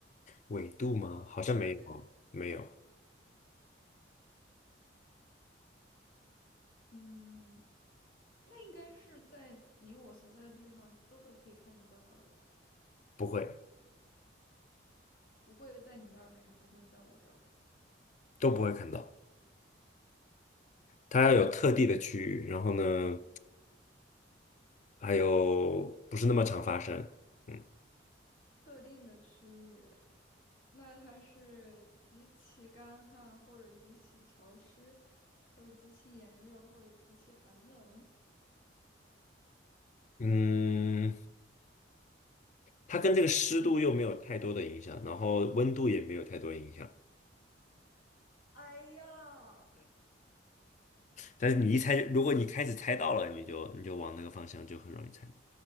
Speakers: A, on the left; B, on the left.
A: 纬度吗？好像没有哦，
B: 它在，
A: 没有，
B: 嗯，那应该是在你我所在的地方都会可以看得到的，
A: 不会，
B: 不会在你那儿，还是不会在我这儿。
A: 都不会看到。它要有特地的区域，然后呢，还有不是那么常发生，嗯
B: 特定的区域，那它是极其干旱，或者极其潮湿，或者极其炎热，或者极其寒冷。
A: 嗯，它跟这个湿度又没有太多的影响，然后温度也没有太多影响。
B: 哎呀！
A: 但是你一猜，如果你开始猜到了，你就你就往那个方向就很容易猜到。